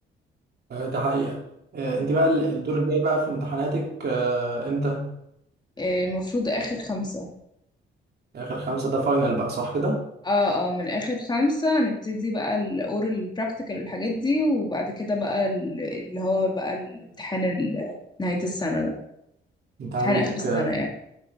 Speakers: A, on the right; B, on the left.
A: آه، ده حقيقه آه، انت بقى ال- الدور الجاي بقى في امتحاناتك آه، امتى
B: آه، المفروض اخر خمسة
A: اخر خمسه ده فاينل بقى صح كده
B: اه اه من اخر خمسة نبتدي بقى الاورال براكتيكال والحاجات دي وبعد كده بقى ال- اللي هو بقى الامتحان ال- نهاية السنة ده
A: انت
B: امتحان
A: عندك
B: اخر السنة
A: آه،
B: يعني